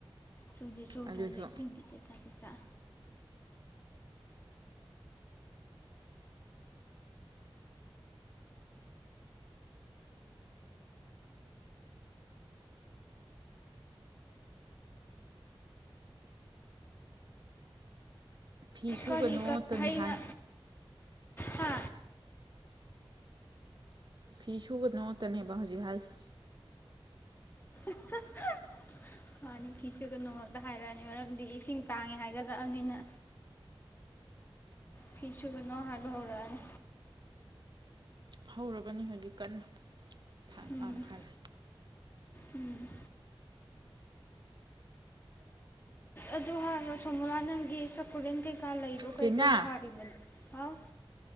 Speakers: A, on the left; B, on the right.
A: ꯆꯨꯗꯦ ꯆꯨꯗ꯭ꯔꯁꯨ
B: ꯑꯗꯨ ꯑꯣꯏꯁꯨ
A: ꯏꯁꯤꯡꯗꯤ ꯆꯦꯠ ꯆꯥꯛ ꯆꯦꯠ ꯆꯠ
B: ꯐꯤ ꯁꯨꯒꯅꯣ
A: ꯀꯔꯤ ꯀꯔꯤ
B: ꯇꯅꯤ
A: ꯍꯩꯅ
B: ꯍꯥꯏ
A: ꯍꯥ
B: ꯐꯤ ꯁꯨꯒꯗꯣꯇꯅꯦꯕ ꯍꯧꯖꯤꯛ ꯍꯥꯏꯁꯦ
A: <inaudible> ꯃꯥꯅꯤ ꯐꯤꯁꯨ ꯀ ꯅꯣꯡꯃꯛꯇ ꯍꯥꯏꯔꯛꯑꯅꯤ ꯃꯔꯝꯗꯤ ꯏꯁꯤꯡ ꯇꯥꯡꯉꯦ ꯍꯥꯏꯒꯠꯂꯛꯑꯅꯤꯅ ꯐꯤꯁꯨꯒꯅꯣ ꯍꯥꯔꯕ ꯍꯧꯔꯅꯤ
B: ꯍꯧꯔꯕꯅꯤ ꯍꯧꯖꯤꯛ ꯀꯟꯅ ꯐꯥ
A: ꯎꯝ
B: ꯑꯥ ꯃꯈꯥ ꯂꯥꯛ
A: ꯎꯝ ꯑꯗꯨ ꯍꯅ ꯁꯣꯃꯣꯅꯥꯊꯟꯒꯤ ꯁꯄꯨꯂꯥꯟꯗ ꯀꯥ ꯂꯩꯗꯣ ꯀꯩ
B: ꯇꯤꯅꯥ
A: ꯀꯩ ꯊꯥꯔꯤꯕꯅꯣ ꯍꯥꯎ